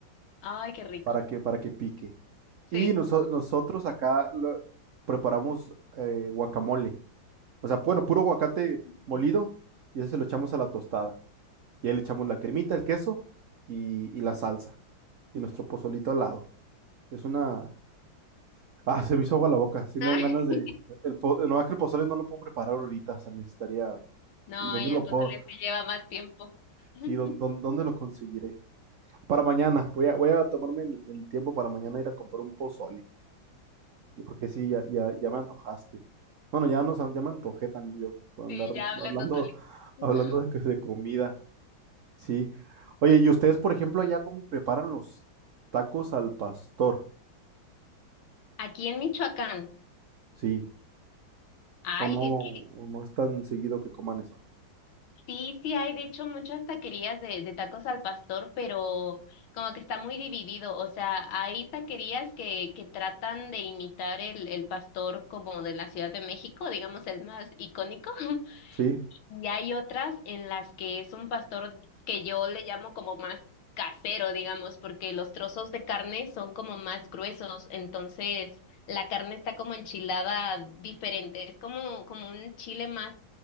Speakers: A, on the left; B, on the right.
A: Ay, qué rico.
B: para que, para que pique.
A: Sí.
B: Y noso- nosotros acá lo- preparamos eh, guacamole. O sea, bueno, puro aguacate
A: Sí.
B: molido y eso se lo echamos a la tostada. Y ahí le echamos la cremita, el queso y, y la salsa. Y nuestro pozolito al lado. Es una, Ah, se me hizo agua la boca. Sí me
A: <laughs>
B: dan ganas de... El po- No, es que el pozole no lo puedo preparar ahorita. O sea, necesitaría...
A: No,
B: ¿Y dónde
A: y
B: lo
A: el pozole
B: puedo?
A: es que lleva más tiempo. <laughs>
B: Sí, ¿dónde, dónde, dónde lo conseguiré? Para mañana. Voy a, voy a tomarme el, el tiempo para mañana ir a comprar un pozole. Y Porque sí, ya, ya, ya me antojaste. Bueno, ya, nos, ya me antojé también yo. por andar
A: Sí, ya hablando
B: hablando,
A: solito. <laughs>
B: hablando de, de comida. Sí. Oye, ¿y ustedes, por ejemplo, allá cómo preparan los tacos al pastor?
A: Aquí en Michoacán.
B: Sí.
A: Ay,
B: ¿O no,
A: es que
B: o no es tan seguido que coman eso?
A: sí, sí hay, de hecho, muchas taquerías de, de tacos al pastor, pero como que está muy dividido. O sea, hay taquerías que, que tratan de imitar el, el pastor como de la Ciudad de México, digamos el más icónico, <laughs>
B: Sí.
A: y hay otras en las que es un pastor que yo le llamo como más casero, digamos, porque los trozos de carne son como más gruesos, entonces la carne está como enchilada diferente, es como, como un chile más